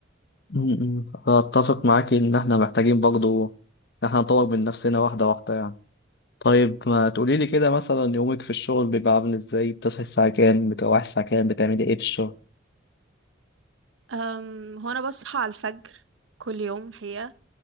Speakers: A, on the left; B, on the right.
A: م- م. أتفق معاك إن إحنا محتاجين برضو إن إحنا نطور من نفسنا واحدة واحدة يعني طيب ما تقوليلي كده مثلا يومك في الشغل بيبقى عامل إزاي بتصحي الساعة كام بتروحي الساعة كام بتعملي إيه في الشغل
B: أم هو أنا بصحى على الفجر كل يوم الحقيقة